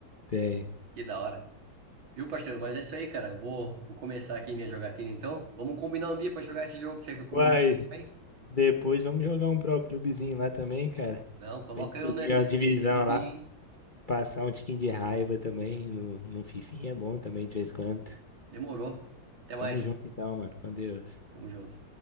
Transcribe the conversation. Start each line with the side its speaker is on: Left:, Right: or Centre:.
Left: Tem.
Right: Que da hora. Viu, parceiro? Mas é isso aí, cara. Eu Vou, vou começar aqui minha jogatina, então. Vamos combinar um dia pra jogar esse jogo que você recomendou
Left: Uai,
Right: pro grupo aí?
Left: Depois vamos jogar um Pro Clubezinho lá também, cara.
Right: Não, coloca
Left: Pra gente
Right: eu
Left: subir
Right: ne-
Left: umas
Right: nesse,
Left: divisão
Right: nesse grupinho,
Left: lá,
Right: hein?
Left: passar um tiquinho de raiva também no, no Fifinha é bom também de vez em quando.
Right: Demorou. Até mais.
Left: Tamo junto então, mano. Com Deus.
Right: Tamo junto.